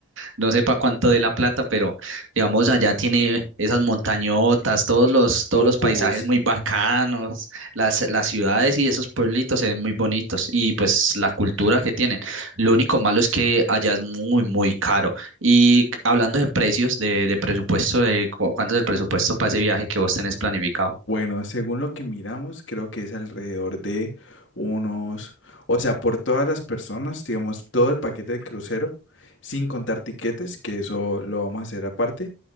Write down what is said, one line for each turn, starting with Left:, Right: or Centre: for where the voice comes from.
Right: no sé para cuánto de la plata, pero digamos, allá tiene esas montañotas, todos los, todos
Left: Oh,
Right: los paisajes
Left: sí.
Right: muy bacanos, las, las ciudades y esos pueblitos se ven muy bonitos, y pues la cultura que tienen. Lo único malo es que allá es muy, muy caro. Y hablando de precios, de, de presupuesto, de cu- cuánto es el presupuesto para ese viaje que vos tenés planificado.
Left: Bueno, según lo que miramos, creo que es alrededor de unos, o sea, por todas las personas, digamos, todo el paquete de crucero, sin contar tiquetes, que eso lo vamos a hacer aparte,